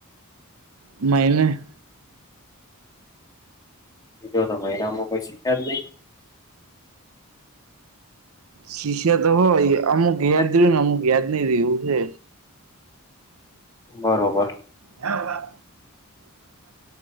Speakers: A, on the right; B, on the left.
A: મહિને
B: જો તો મહિનામાં કોઈ શીખ્યા જ નહી?
A: શિષ્ય તો હોય અમુક યાદ
B: નહી
A: રહ્યું. ને અમુક યાદ નઈ રિયુ હે
B: બરો બર
A: હે બકા